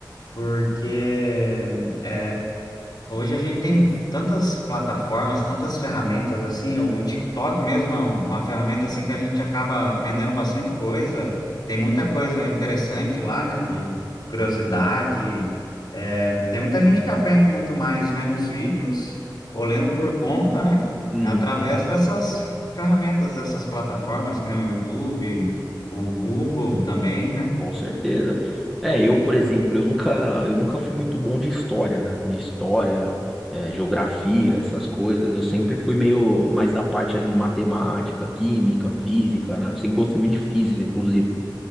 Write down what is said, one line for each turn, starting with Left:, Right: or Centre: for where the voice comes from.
Left: Porque é, Hoje a gente tem tantas plataformas, tantas ferramentas assim, o TikTok mesmo é um, uma ferramenta assim que a gente acaba aprendendo bastante coisa. Tem muita coisa interessante lá, né? De curiosidade. É, tem muita gente que aprende muito mais vendo os vídeos ou lendo por conta, né?
Centre: Uhum.
Left: Através dessas ferramentas, dessas plataformas, que nem o YouTube, o Google também, né?
Centre: Com certeza. É, eu, por exemplo, eu nunca, eu nunca fui muito bom de história, né? De história, é, geografia, essas coisas. Eu sempre fui meio mais da parte ali de matemática, química, física, né? Sempre gostei muito de física, inclusive.